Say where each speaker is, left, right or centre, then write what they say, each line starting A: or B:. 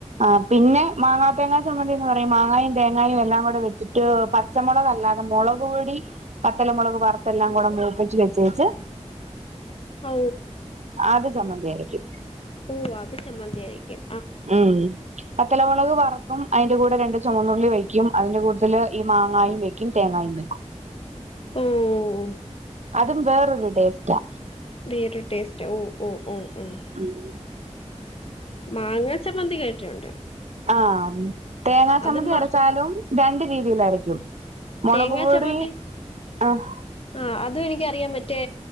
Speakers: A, on the right; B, on the left.
A: ആ പിന്നെ മാങ്ങാ തേങ്ങാ ചമ്മന്തി എന്ന് പറയും മാങ്ങയും തേങ്ങായും എല്ലാം കൂടെ വെച്ചിട്ട് പ പച്ചമുളക് അല്ലാതെ മുളക് പൊടി പത്തലമുളക് വറുത്തെല്ലാം കൂടെ മൂപ്പിച്ച് വെച്ചേച്ച്
B: ഔ
A: ആദ്യം ചമ്മന്തി അരക്കും
B: ഓ അത് ചമ്മന്തി ആരക്കും
A: ഉം പത്തലമുളക് വറക്കും അതിന്റെ കൂടെ രണ്ട് ചുവന്നുള്ളി വെ്ക്കും അതിന്റെ കൂടുതൽ ഈ മാങ്ങായും വെക്കും തേങ്ങായും വെക്കും
B: ഓഹ്
A: അതും വേറൊരു ടേസ്റ്റാ
B: വേറ ടേസ്റ്റ് ഓഹ് ഓഹ് ഓഹ് ഉം
A: <inaudible>
B: മാങ്ങാ ചപ്പന്തി കേട്ടുണ്ട്
A: ആഹ് തേങ്ങാ ചമ്മന്തി
B: അതുമ്മാ
A: അരച്ചാലും രണ്ട രീതിയിൽ അരക്കും മുളക്
B: തേങ്ങാ
A: പൊടി
B: ചമ്മന്തി
A: ആഹ്
B: ആ അതും എനിക്കറിയാം മറ്റേ